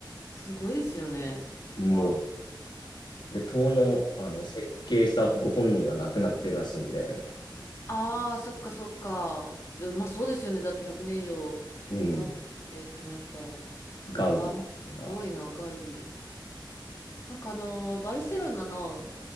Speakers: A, on the left; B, on the left.
A: すごいですよね。
B: もう。
A: わあ。
B: で、塔の、あの設計したご本人は亡くなってるらしいんで、
A: ああ、そっかそっか。えまあそうですよね。だって100年以上経ってってなったら。
B: うん、
A: わあ、
B: ガウディが。
A: なんかすごいな、ガウディ。なんかあのー、バルセロナの、